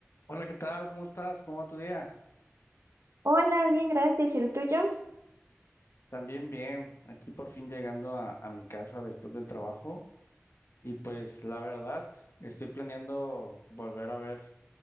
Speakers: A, on the left; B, on the right.
A: Hola, ¿qué tal? ¿Cómo estás? ¿Cómo va tu día?
B: Hola, bien, gracias. ¿Y el tuyo?
A: También bien, aquí por fin llegando a, a mi casa después del trabajo y pues la verdad estoy planeando volver a ver